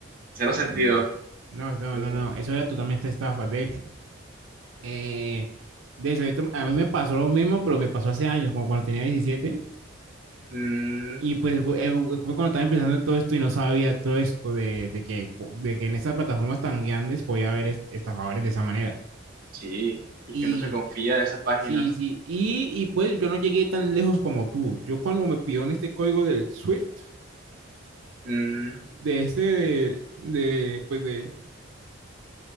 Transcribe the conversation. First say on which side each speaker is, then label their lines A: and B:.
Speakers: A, on the right; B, on the right.
A: Cero sentido.
B: No, no, no,
A: Cero
B: no,
A: sen-
B: no. Eso era totalmente estafa. De hecho, eh, de hecho, esto- a mí me pasó lo mismo, pero me pasó hace años, como cuando tenía diecisiete
A: Mm,
B: Y pues gu- eh, gu- fue cuando estaba empezando todo esto y no sabía todo esto de, de que, po- de que en estas plataformas tan grandes podía haber est- estafadores de esa manera.
A: sí, y
B: Y
A: que uno se confía de esas páginas.
B: sí, sí, y, y pues yo no llegué tan lejos como tú. Yo cuando me pidieron este código del SWIFT,
A: Mm,
B: de este de, de, pues de